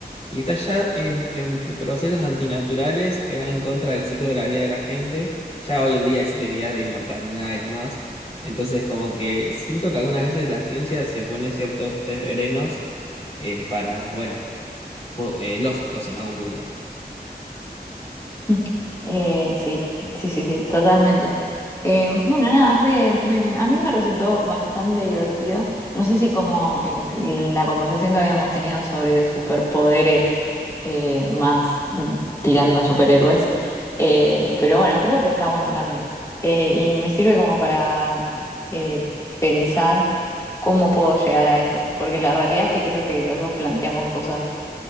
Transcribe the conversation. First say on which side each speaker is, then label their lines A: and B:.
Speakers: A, on the left (about 40°); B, on the left (about 20°).
A: Y está ya en, en procesos antinaturales que van en contra del ciclo de la vida de la gente. Ya hoy en día existen ideas de inmortalidad y demás. Entonces, como que siento que algunas veces la ciencia se pone ciertos frenos eh, para, bueno, ju- eh, lógicos en algún punto.
B: Mm. Eh, sí, sí, sí, sí, totalmente. Eh, bueno, nada, fue, me- a mí me resultó bastante divertido. No sé si como el- la conversación que habíamos tenido sobre superpoderes eh, más mm, tirando a superhéroes, eh, pero bueno, creo que está bueno también. Eh, y me sirve como para eh, pensar cómo puedo llegar a eso, porque la realidad es que creo que los dos planteamos cosas